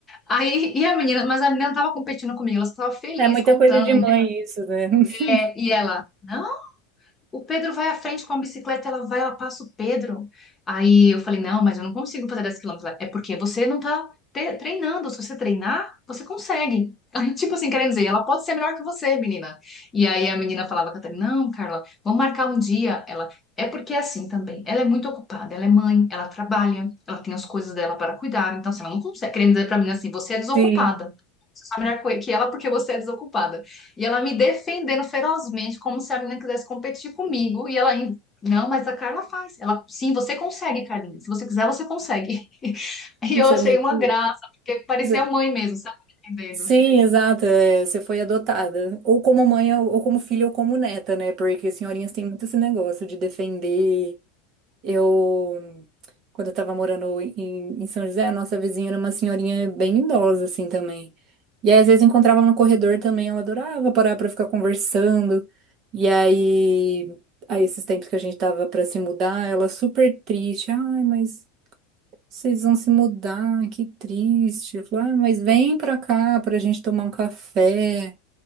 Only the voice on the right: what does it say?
É muita
coisa de mãe isso, né? <laughs>
Sim,
isso
é muito.
isso é-
Sim, exato. é, você foi adotada. Ou como mãe, ou ou como filha, ou como neta, né? Porque senhorinhas têm muito esse negócio de defender. Eu, quando eu tava morando em, em São José, a nossa vizinha era uma senhorinha bem idosa, assim, também. E aí, às vezes, encontrava no corredor também, ela adorava parar pra ficar conversando. E aí, aí esses tempos que a gente tava pra se mudar, ela super triste. Ai, mas vocês vão se mudar, que triste. Eu falei, ah, mas vem pra cá pra gente tomar um café